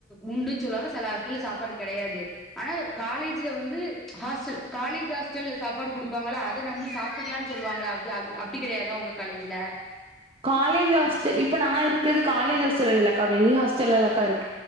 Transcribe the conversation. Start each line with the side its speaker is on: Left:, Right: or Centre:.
Centre: உண்டுன்னு சொல்லுவாங்க சில ஹாஸ்டல்ல சாப்பாடு கெடையாது ஆனா காலேஜில வந்து ஹாஸ்டல் காலேஜ் ஹாஸ்டல சாப்பாடு குடுப்பாங்க னால அத நம்ம சாப்புட்டுக்கலான்னு சொல்லுவாங்கல்ல அது அ அப்டி கெடையாதா உங்க காலேஜ்ல
Right: காலேஜ் ஹாஸ்டல் இப்ப நா இருக்கறது காலஜ் ஹாஸ்டல் இல்ல லக்கா வெளிய ஹாஸ்டல்ல லக்கா இருக்